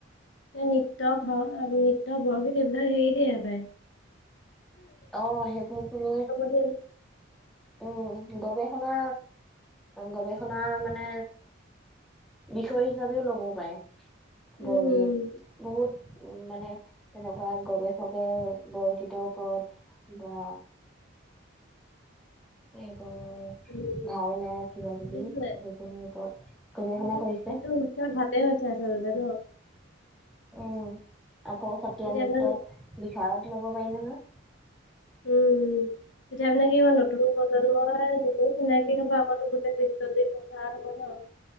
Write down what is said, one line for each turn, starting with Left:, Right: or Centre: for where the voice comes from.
Left: এ নৃত্য ভাও নৃত্য বৰগীত এইবিলাক হেৰি দিয়ে পাই।
Centre: অ', সেইবোৰকো লৈ
Left: <unintelligible>
Centre: উম গৱেষণা গৱেষণাৰ মানে বিষয় হিচাপেও ল'ব পায়
Left: উম,
Centre: বৰগীত। বহুত উ মানে তেনেকুৱা গৱেষকে বৰগীতৰ ওপৰত। বা নেবো
Left: উম।
Centre: ভাওনা কিবা কিবি
Left: সেইটোৱে
Centre: সেইখিনিৰ ওপৰত গৱেষণা
Left: সেইটো
Centre: কৰিছে।
Left: সেইটো <unintelligible>
Centre: উম আকৌ সত্ৰীয়া
Left: তেতিয়া
Centre: নৃত্যত
Left: মানে
Centre: বিহাৰত ল'ব পাৰি নহয়।
Left: উ। এতিয়া মানে কি নতুন প্ৰজন্মই সেইটো চিনাকি হব আগতো গোটেই পিছলি প্ৰচাৰ হ'ব ন।